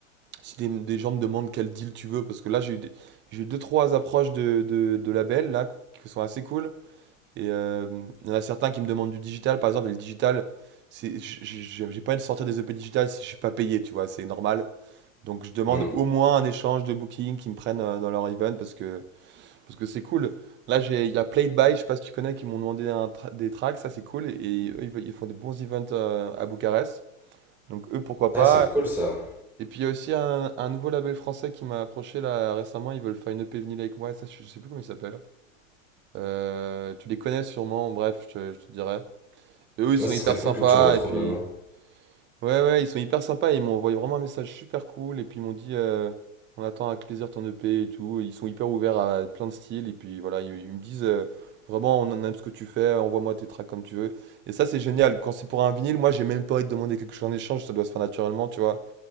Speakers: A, on the right (about 25°); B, in the centre.
A: Si des, des gens me demandent quel deal tu veux, parce que là j'ai eu, des- j'ai eu deux, trois approches de, de, de labels là qui sont assez cool. Et euh, il y en a certains qui me demandent du digital, par exemple, et le digital, c'est, j- j- j'ai j'ai pas envie de sortir des EP digital si je suis pas payé, tu vois, c'est normal. Donc je demande
B: Mm.
A: au moins un échange de booking qui me prennent euh, dans leur event parce que parce que c'est cool. Là, j'ai, il y a Played By, je sais pas si tu connais, qui m'ont demandé un tra- des tracks, ça c'est cool. Et, eux, ils, ve- ils font des bons events euh, à Bucarest. Donc eux, pourquoi
B: Ah,
A: pas.
B: c'est cool, ça.
A: Et puis il y a aussi un, un nouveau label français qui m'a approché là récemment, ils veulent faire une EP vinyle avec moi, et ça je sais plus comment il s'appelle. Euh, tu les connais sûrement, bref, je te, je te dirai. Et eux, ils
B: Ouais,
A: sont
B: ce
A: hyper
B: serait cool
A: sympas,
B: que tu me retrouves
A: et puis...
B: le nom.
A: Ouais, ouais, ils sont hyper sympas. Ils m'ont envoyé vraiment un message super cool. Et puis ils m'ont dit, euh, on attend avec plaisir ton EP et tout. Ils sont hyper ouverts à plein de styles. Et puis voilà, ils, ils me disent, euh, vraiment, on aime ce que tu fais. Envoie-moi tes tracks comme tu veux. Et ça, c'est génial. Quand c'est pour un vinyle, moi, j'ai même pas envie de demander quelque chose en échange. Ça doit se faire naturellement, tu vois.